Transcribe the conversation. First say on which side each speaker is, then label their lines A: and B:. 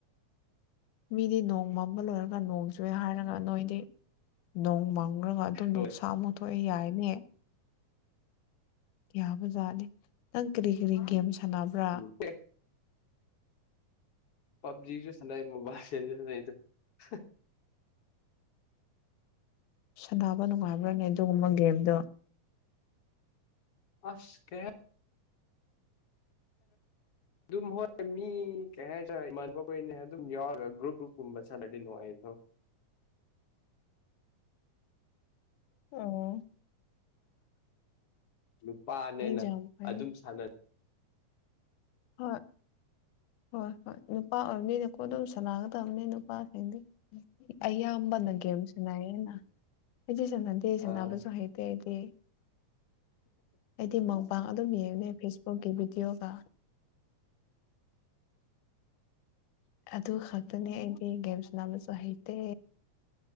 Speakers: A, on the left (about 80°); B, on the left (about 60°).
A: ꯃꯤꯗꯤ ꯅꯣꯡ ꯃꯥꯡꯕ ꯂꯣꯏꯔꯒ ꯅꯣꯡ ꯆꯨꯏꯦ ꯍꯥꯏꯔꯒ ꯅꯣꯏꯗꯤ ꯅꯣꯡ ꯃꯥꯡ ꯈꯪꯈ꯭ꯔꯒ ꯑꯗꯨꯝ ꯅꯨꯡꯁꯥ
B: ꯍꯣꯏ
A: ꯑꯃꯛ ꯊꯣꯛꯑꯦ ꯌꯥꯏꯅꯦ ꯌꯥꯕꯖꯥꯠꯅꯦ ꯅꯪ ꯀꯔꯤ ꯀꯔꯤ ꯒꯦꯝ ꯁꯥꯟꯅꯕ꯭ꯔꯥ
B: ꯎꯝ ꯑꯦ ꯄꯕꯖꯤꯁꯨꯁꯅ ꯃꯣꯕꯥꯜ ꯂꯤꯖꯟꯁꯨ ꯁꯥꯂ
A: ꯁꯥꯟꯅꯕ ꯅꯨꯡꯉꯥꯏꯕ꯭ꯔꯥꯅꯦ ꯑꯗꯨꯒꯨꯝꯕ ꯒꯦꯝꯗꯣ
B: ꯑꯁ ꯀꯦ ꯑꯗꯨꯃ ꯃꯤ ꯀꯩ ꯍꯥꯏꯇꯥꯔꯦ ꯃꯈꯣꯏꯅ ꯑꯗꯨꯝ ꯌꯥꯎꯔꯒ ꯒ꯭ꯔꯨꯞ ꯒ꯭ꯔꯨꯞꯀꯨꯝꯕ ꯁꯠꯂꯂꯤ ꯅꯣ ꯑꯩ
A: ꯑ
B: ꯅꯨꯄꯥꯅꯦꯅ
A: ꯌꯥꯝ ꯐꯩꯌꯦ
B: ꯑꯗꯨꯝ ꯁꯥꯟꯅ
A: ꯍꯣꯏ ꯍꯣꯏ ꯍꯣꯏ ꯅꯨꯄꯥ ꯑꯣꯏꯕꯅꯤꯅꯦꯀꯣ ꯑꯗꯨꯝ ꯁꯅꯥꯒꯗꯕꯅꯤ ꯅꯨꯄꯥꯁꯤꯡꯗꯤ ꯑꯌꯥꯝꯕꯅ ꯒꯦꯝꯁꯅꯑ ꯑꯩꯗꯤ ꯁꯝꯅꯗꯦ ꯑꯩ ꯁ
B: ꯑꯥ
A: ꯅꯥꯕꯁꯨ ꯍꯩꯇꯦ ꯑꯩꯗꯤ ꯑꯩꯗꯤ ꯃ ꯄꯥ ꯑꯗꯨꯝ ꯌꯦꯡꯉꯨꯅꯦ ꯐꯦꯁꯕꯨꯛꯀꯤ ꯚꯤꯗꯤꯑꯣꯒ ꯑꯗꯨ ꯈꯛꯇꯅꯤ ꯑꯩꯗꯤ ꯒꯦꯝꯁ ꯅꯥꯕꯁꯨ ꯍꯩꯇꯦ